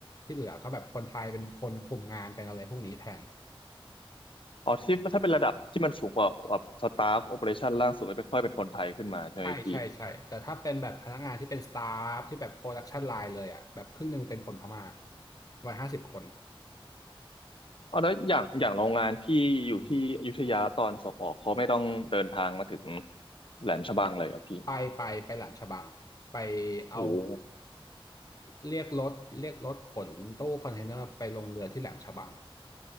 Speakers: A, on the left (about 40°); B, on the left (about 65°).
A: ที่เหลือก็แบบคนไทยเป็นคนคุมงานเป็นอะไรพวกนี้แทน
B: อ๋อที่ถ้าเป็นระดับที่มันสูงกว่าแบบสตาฟโอเปอเรชั่นล่างสุดก็ไม่ค่อยเป็นคนไทยขึ้นมาใช่ไหมพี่
A: ใช่ใช่ใช่ แต่ถ้าเป็นแบบพนักงานที่เป็นสตาฟที่แบบโปรดักชันไลน์เลยอ่ะแบบครึ่งหนึ่งเป็นคนพม่าประมาณห้าสิบคน
B: อ๋อแล้วอย่างอย่างโรงงานพี่อยู่ที่อยุธยาตอนส่งออกเขาไม่ต้องเดินทางมาถึง
A: อืม
B: แหลมฉบังเลยเหรอ่ะพี่
A: ไปไปไปหลานฉบัง ไปเอา
B: โอ้โห
A: เรียกรถเรียกรถขนตู้คอนเทนเนอร์ไปลงเรือที่แหลมฉบัง